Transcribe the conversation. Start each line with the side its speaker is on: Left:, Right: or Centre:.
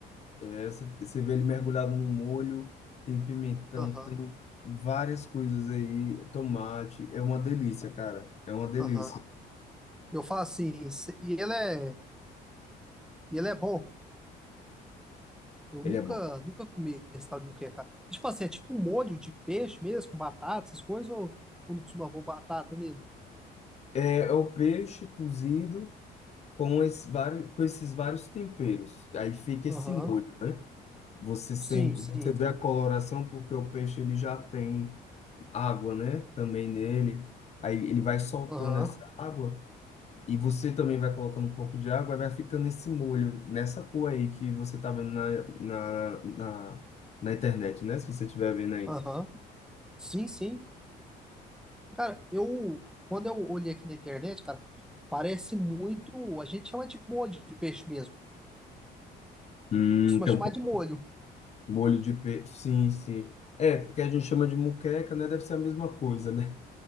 Left: é, você você vê ele mergulhado no molho, tem pimentão,
Centre: Aham,
Left: tem várias coisas aí, tomate. É uma delícia, cara. É uma delícia.
Centre: aham. Eu falo assim, se- e ele é, e ele é bom. Eu
Left: Ele
Centre: nunca,
Left: é bom.
Centre: nunca comi esse tal de muqueca. E, tipo assim, é tipo um molho de peixe mesmo, com batata, essas coisas, ou, ou não costuma pôr batata nele?
Left: É, é o peixe cozido. com, esse vários, com esses vários temperos. Aí fica
Centre: Aham.
Left: esse molho, né? Você sente,
Centre: Sim, sim.
Left: você vê a coloração porque o peixe ele já tem água, né? Também nele. Aí ele vai soltando
Centre: Aham.
Left: essa água e você também vai colocando um pouco de água e vai ficando esse molho, nessa cor aí que você tá vendo na, na, na, na internet, né? Se você estiver vendo aí.
Centre: Aham. Sim, sim. Cara, eu quando eu olhei aqui na internet, cara, parece muito, a gente chama de molho de peixe mesmo.
Left: Hum,
Centre: Costuma
Left: tem
Centre: chamar
Left: um pouco
Centre: de molho.
Left: de molho de peixe. Sim, sim. É, porque a gente chama de muqueca, né? Deve ser a mesma coisa, né?